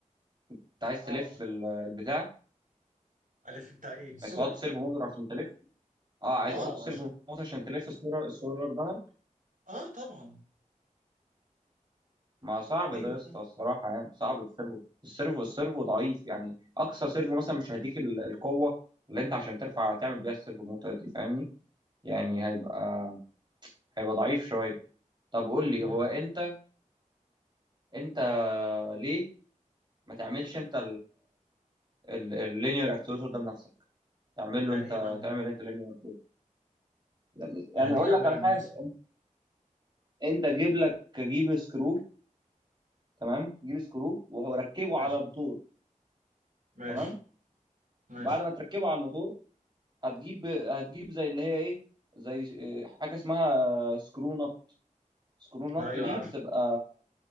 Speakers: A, on the right; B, on the right.
A: انت عايز
B: اه
A: تلف ال- البتاع
B: الف بتاع ايه السولار
A: عايز تحط سيرفو موتور عشان تلف اه عايز
B: اه
A: تحط سيرفو
B: عشان
A: موتور عشان تلف السولار السولار بانل
B: اه طبعا
A: ما صعب
B: ايوه
A: ده يا اسطى
B: طبعا
A: الصراحه يعني صعب السيرفو السيرفو السيرفو ضعيف يعني اقصى سيرفو مثلا مش هيديك ال- القوه اللي انت عشان ترفع تعمل بيها السيرفو موتور دي فاهمني يعني هيبقى هيبقى ضعيف شويه طب قول لي
B: مم.
A: هو انت انت ليه ما تعملش انت اللينير اكتويتر ده بنفسك تعمل
B: يعني
A: له انت
B: ايه معمول
A: تعمل انت لينير اكتويتر يعني يعني
B: يعني
A: اقول
B: ايه اعمله
A: لك على
B: لنفسي
A: حاجه انت جيب لك جيب سكرو تمام جيب سكرو وركبه
B: ماشي
A: على موتور
B: ماشي
A: تمام
B: ماشي
A: بعد ما تركبه على الموتور هتجيب هتجيب زي اللي هي ايه زي إيه، حاجه اسمها سكرو نوت سكرو نوت
B: ايوه
A: دي
B: عارف
A: بتبقى